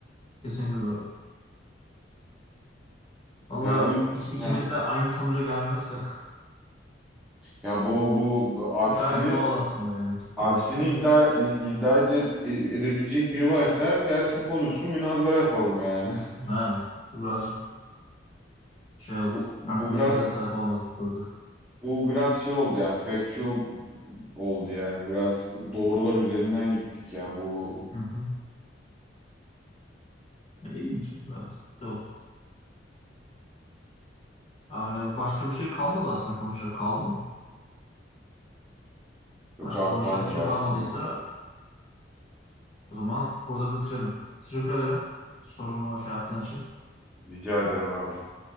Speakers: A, on the left; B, in the centre.
A: Kesinlikle doğru. Valla
B: Yani o
A: ik- ikimiz
B: heh.
A: de aynı sonuca gelmemiz ga-
B: ya bu, bu bu
A: <laughs>
B: aksini
A: gayet doğal aslında yani
B: aksini
A: birazcık ama.
B: iddia iddia ede- e, edebilecek biri varsa gelsin konuşsun münazara yapalım yani.
A: Ha, birazcık şey
B: <laughs>
A: oldu.
B: Bu bu
A: Farklı düşüncelere
B: biraz
A: sahip olamadık burada.
B: bu biraz şey oldu ya factual oldu yani biraz doğrular üzerinden gittik yani bu
A: Hı hı. Ne ilginç oldu evet. Güzel oldu. Yani başka bir şey kalmadı aslında konuşacak kaldı mı?
B: Yok
A: Başka
B: abi
A: konuşacak
B: kalmadı
A: bir şey
B: aslında.
A: kalmadıysa o zaman burada bitirelim. Teşekkür ederim sorumu şey yaptığın için.
B: Rica ederim abi.